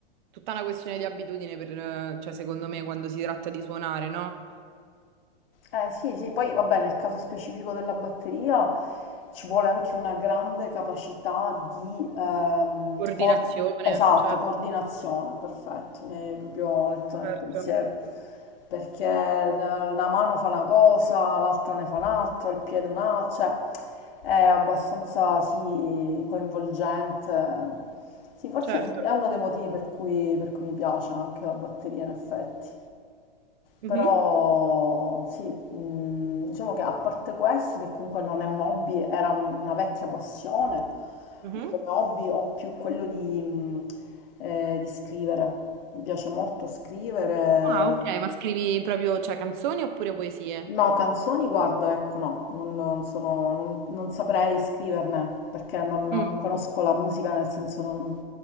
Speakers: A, on the right (about 55°); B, on the left (about 70°).
A: tutta una questione di abitudine per, eh, cioè, secondo me, quando si tratta di suonare, no?
B: Eh sì, sì, poi vabbè, nel caso specifico della batteria ci vuole anche una grande capacità di ehm,
A: Coordinazione,
B: cor- esatto,
A: cioè,
B: coordinazione, perfetto, mi hai proprio letto nel
A: certo,
B: pensiero, perché eh, una mano fa una cosa, l'altra ne fa un'altra, il piede un'altra, cioè è abbastanza sì, coinvolgente. Sì, forse
A: certo.
B: è uno dei motivi per cui, per cui mi piace anche la batteria in effetti.
A: Mhm,
B: Però sì, mh, diciamo che a parte questo, che comunque non è un hobby, era un- una vecchia passione,
A: mhm.
B: io come hobby ho più quello di, mh, eh, di scrivere. Mi piace molto scrivere,
A: Ah, ok, ma scrivi proprio, cioè, canzoni oppure poesie?
B: No, canzoni, guarda, ecco, no, non, non sono, non, non saprei scriverne perché non, no,
A: Mm,
B: non conosco la musica, nel senso non,